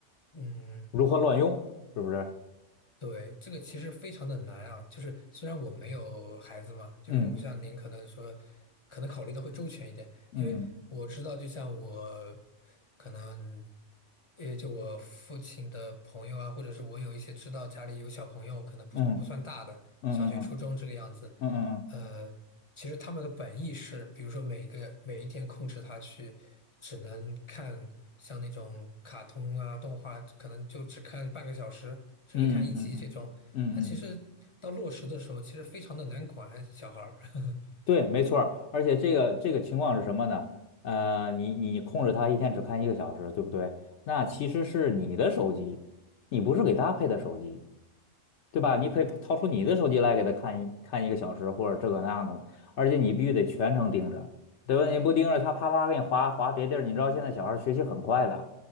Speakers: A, on the left; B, on the left.
A: 嗯。
B: 如何乱用，是不是？
A: 对，这个其实非常的难啊，就是虽然我没有孩子嘛，就是我不像您可能说，
B: 嗯
A: 可能考虑的会周全一点，
B: 嗯嗯
A: 因为我知道，就像我可能，也就我父亲的朋友啊，或者是我有一些知道家里有小朋友，可能不不算大的，
B: 嗯嗯嗯嗯
A: 小学、初中这个样子，
B: 嗯嗯
A: 呃，其实他们的本意是，比如说每个每一天控制他去，只能看像那种卡通啊、动画，可能就只看半个小时，只给看一集这种。
B: 嗯嗯嗯嗯嗯，
A: 但其实到落实的时候，其实非常的难管小孩儿。<laughs>
B: 对，没错儿。而且这个这个情况是什么呢？呃，你你控制它一天只看一个小时，对不对？那其实是你的手机，你不是给他配的手机。对吧？
A: 嗯
B: 你可以掏出你的手机来给他看一看一个小时，或者这个那样的，而且你必须得全程盯着，对吧？你不盯着他，啪啪给你划划别地儿。你知道现在小孩儿学习很快的，